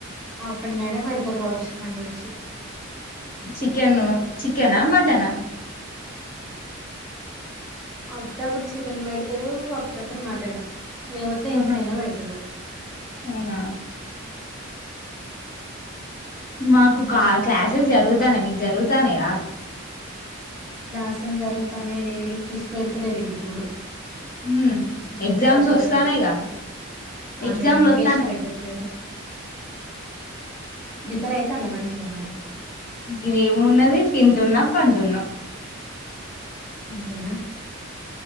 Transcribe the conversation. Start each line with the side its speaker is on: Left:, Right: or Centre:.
Centre: ఆఫ్టర్నూన్ అయినా పెడతారు కావచ్చు నాకు తెలిసి
Left: చికెన్ చికెన్ మటన్
Centre: అప్పుడప్పుడు చికెన్ పెడతారు అప్పుడప్పుడు మటన్ లేపోతే ఎగ్స్
Left: ఆహా
Centre: అయినా పెడతారు
Left: అవునా మాకు
Centre: మ్మ్
Left: కా క్లాస్సేస్ జరు తనే మీకు జరుగుతానాయ
Centre: క్లాసులు జరుగుతానే డైలీ ఇష్పెడ్తలేదు ఇగ్ ఇప్పుడు
Left: ఉమ్
Centre: ఎగ్జామ్స్ దగ్గర
Left: వస్తాన్నాయిగా
Centre: పడతాయి కదా
Left: ఎగ్జామ్లు
Centre: అదే అందుకే
Left: వస్తాన్నాయిగా
Centre: ఇష్ పెట్టలేరు ప్రిపేర్ అయితలా మంచిగా మరి
Left: గివెమున్నది తింటున్నా పంటున్నా
Centre: అంతేనా